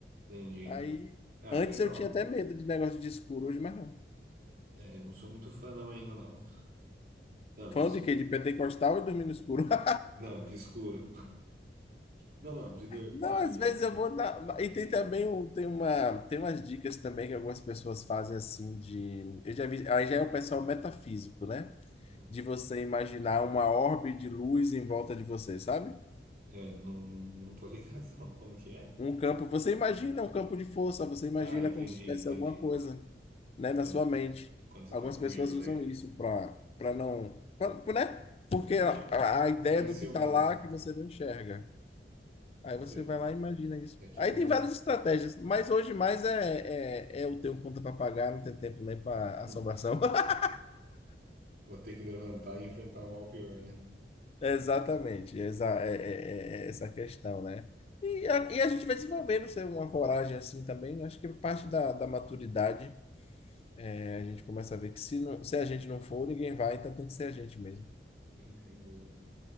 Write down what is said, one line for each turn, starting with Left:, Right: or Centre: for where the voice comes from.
Right: entendi.
Left: Aí,
Right: Ah,
Left: antes
Right: legal.
Left: eu tinha até medo de negócio de escuro, hoje mais não.
Right: É, eu não sou muito fã não ainda, não. Não,
Left: Fã
Right: de escuro.
Left: de quê? De pentecostal e dormir no escuro. <laughs>
Right: Não, de escuro. Não, não, de... dor-
Left: Não,
Right: De...
Left: às vezes
Right: de,
Left: eu vou na...
Right: de...
Left: na- E tem também o- tem uma, tem umas dicas também que algumas pessoas fazem assim de... Eu já vi... Aí já é o pessoal metafísico, né?
Right: hum.
Left: De você imaginar uma orbe de luz em volta de você, sabe?
Right: É, não, não não tô ligado <laughs> não. Como que é?
Left: Um campo, você imagina um campo de força, você imagina
Right: Ah, entendi,
Left: como se tivesse
Right: entendi.
Left: alguma coisa, né, na
Right: Quando,
Left: sua mente.
Right: quando você
Left: Algumas
Right: tá com
Left: pessoas
Right: medo daí.
Left: usam isso para para não, pra, né? Porque
Right: Pra não sentir...
Left: a, a ideia
Right: Pra vencer
Left: do que está
Right: o medo,
Left: lá
Right: né?
Left: que você não enxerga. Aí
Right: Aí você...
Left: você vai lá e imagina isso.
Right: É tipo
Left: Aí tem
Right: uma...
Left: várias estratégias, mas hoje mais é, é, é eu tenho conta para pagar, não tem tempo nem para
Right: <laughs>
Left: assombração. <laughs>
Right: Vou ter que levantar e enfrentar o mal pior, né?
Left: Exatamente, exa é, é- é- é essa questão, né? E a, e a gente vai desenvolvendo sei, uma coragem assim também, acho que parte da, da maturidade. A gente começa a ver que se, não- se a gente não for, ninguém vai, então tem que ser a gente mesmo.
Right: Sim, sem dúvida.